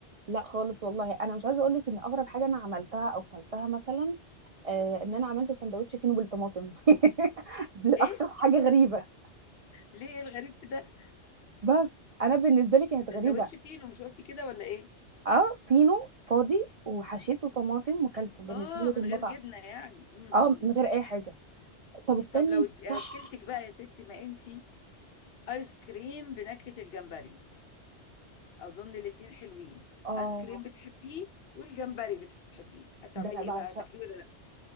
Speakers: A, on the right; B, on the left.
A: لا خالص والله انا مش عايزه اقول لك ان اغرب حاجه انا عملتها او كلتها مثلا آه ان انا عملت سندوتش فينو بالطماطم <laughs> دي اكتر
B: ايه
A: حاجه غريبه
B: ليه إيه الغريب في ده
A: بس انا بالنسبه لي كانت
B: السندوتش
A: غريبه
B: فين ومش قلتي كده ولا ايه
A: اه فينو فاضي وحشيته طماطم وكلته بالنسبه
B: اه
A: لي
B: من
A: كان
B: غير
A: متعه
B: جبنه يعني امم
A: اه من غير اي حاجه طب استني
B: طب لو اد-
A: صح
B: اكلتك بقى يا ستي ما انت ايس كريم بنكهة الجمبري اظن الاتنين حلوين
A: اه
B: ايس كريم بتحبيه والجمبري بتحبيه هتعملي
A: ده انا بعشق
B: ايه بقى تاكليه ولا لا